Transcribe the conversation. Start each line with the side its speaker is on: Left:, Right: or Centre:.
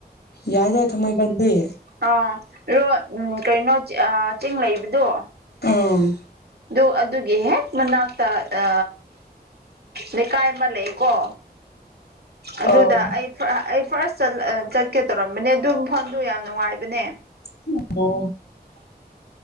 Left: ꯌꯥꯎꯗ ꯊ ꯃꯥꯏꯕꯗꯤꯦ
Right: ꯑ ꯔꯣ ꯎ ꯀꯩꯅꯣ ꯆꯤꯡ ꯂꯩꯕꯗꯣ
Left: ꯎꯝ
Right: ꯑꯗꯨꯣ ꯑꯗꯨꯒꯤ ꯍꯦꯛ ꯃꯅꯥꯛꯇ ꯑ ꯂꯩꯀꯥꯏ ꯑꯃ ꯂꯩꯀꯣ
Left: <inaudible>
Right: ꯑꯗꯨꯗ
Left: ꯑꯣ
Right: ꯑꯩ ꯑꯩ ꯐꯥꯔꯁ ꯆꯠꯀꯦ ꯇꯧꯔꯝꯕꯅꯦ ꯑꯗꯨ ꯃꯐꯝꯗꯨ ꯌꯥꯝ ꯅꯨꯡꯉꯥꯏꯕꯅꯦ
Left: ꯑ